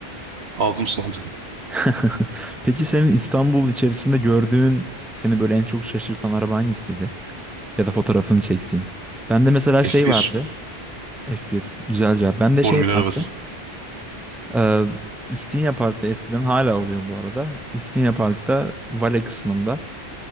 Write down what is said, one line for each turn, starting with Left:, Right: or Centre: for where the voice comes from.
Right: Ağzım sulandı.
Centre: <laughs> Peki senin İstanbul içerisinde gördüğün seni böyle en çok şaşırtan araba hangisiydi? Ya da fotoğrafını çektiğin. Bende mesela
Right: F1
Centre: şey vardı. F1. Güzel cevap. Bende
Right: formül
Centre: şey
Right: arabası.
Centre: vardı. Ee, İstinye Park'ta eskiden hala oluyor bu arada. İstinye Park'ta vale kısmında